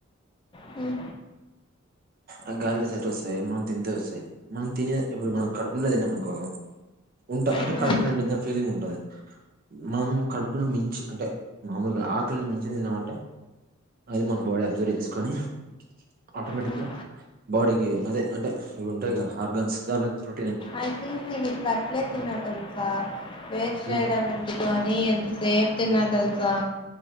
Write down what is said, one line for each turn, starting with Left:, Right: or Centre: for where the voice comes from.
Left: హ్మ్
Right: ఆ గాలిలో చెట్టు వస్తాయి మనం తింటే వస్తాయి మనం తినే ఇప్పుడు మనం కడుపూ నిండా తినం అనుకో ఉంటాం అంటే
Left: హ్మ్
Right: కడుపు నిండింది అన్న ఫీలింగ్ ఉంటది మనం కడుపును మించి అంటే మామూలుగా ఆకలిని మించి తిన్నామంటే అది మన బాడీ అబ్జర్వ్ చేసుకొని ఆటోమేటిక్
Left: హ్మ్.
Right: గా బాడీకి అదే అంటే ఇవి ఉంటాయి హార్గన్స్ దానిలోకి ప్రో
Left: ఐ థింక్ నేను ఇప్పుడు అట్లే తిన్నా తెలుసా వేస్ట్ చేయడం
Right: ఏం-
Left: ఎందుక అని ఎ సేపు తిన్నా తెలుసా